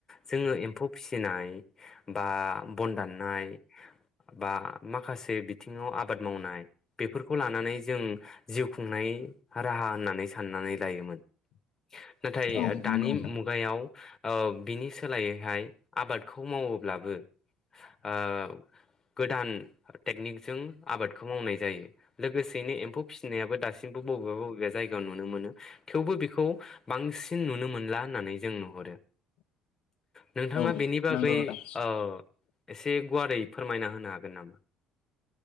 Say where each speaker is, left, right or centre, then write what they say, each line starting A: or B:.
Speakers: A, on the left (about 20°); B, on the left (about 65°).
A: जोङो एम्फौ फिसिनाय बा बन दाननाय बा माखासे बिथिङाव आबाद मावनाय बेफोरखौ लानानै जों जिउ खुंनाय राहा होननानै साननानै लायोमोन नाथाय
B: औ
A: दानि
B: नंगौ नोंथां
A: मुगायाव ओब बिनि सोलायैहाय आबादखौ मावोब्लाबो ओ गोदान टेकनिकजों आबादखौ मावनाय जायो लोगोसेनो एम्फौ नायाब दासिम बबेबा-बबेबा जायगायाव नुनो मोनो थेवबो बेखौ बांसिन नुनो मोनला होननानै जों नुहरो नोंथाङा
B: औ
A: बेनि बागै
B: नंगौ नोंथां
A: ओ एसे गुवारै फोरमायना होनो हागोन नामा?